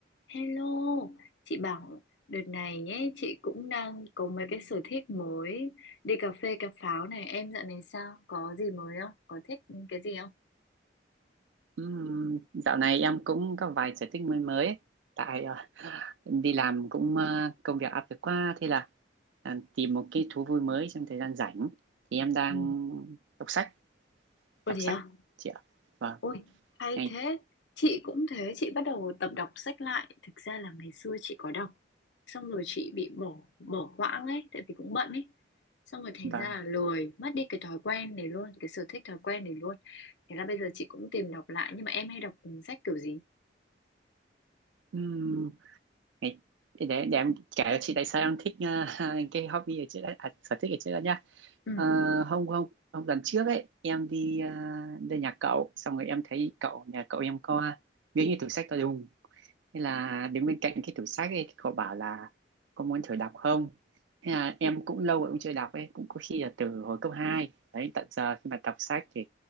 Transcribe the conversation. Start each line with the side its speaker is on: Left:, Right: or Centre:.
Left: Hello, chị bảo đợt này nhé, chị cũng đang có mấy cái sở thích mới, đi cà phê cà pháo này, em dạo này sao? Có gì mới không? Có thích cái gì không?
Right: Ừm, dạo này em cũng có vài sở thích mới mới ấy. tại ờ, em đi làm cũng ờ, công việc áp lực quá thế là ờ, tìm một cái thú vui mới trong thời gian rảnh thì em đang
Left: Ừ.
Right: đọc sách
Left: Ôi
Right: đọc
Left: thế
Right: sách
Left: à?
Right: chị ạ vâng
Left: Ôi, hay
Right: ngày
Left: thế. Chị cũng thế, chị bắt đầu tập đọc sách lại. Thực ra là ngày xưa chị có đọc, xong rồi chị bị bỏ bỏ quãng ấy, tại vì cũng bận ấy. Xong rồi thành
Right: vâng
Left: ra là lười, mất đi cái thói quen này luôn, cái sở thích thói quen này luôn. Thế là bây giờ chị cũng tìm đọc lại, nhưng mà em hay đọc sách kiểu gì?
Right: Ừm, ngày để để em kể cho chị tại sao em thích ờ, <laughs> cái hobby ở trước đấy à, sở thích ở trước đó nhá
Left: Ừ.
Right: Ờ, hôm hôm hôm lần trước ấy em đi ờ, lên nhà cậu xong rồi em thấy cậu nhà cậu em có miếng như tủ sách to đùng Thế là đứng bên cạnh cái tủ sách ấy, cậu bảo là có muốn thử đọc không? Thế là em cũng lâu rồi cũng chưa đọc ấy, cũng có khi là từ hồi cấp hai Đấy, tận giờ khi mà đọc sách thì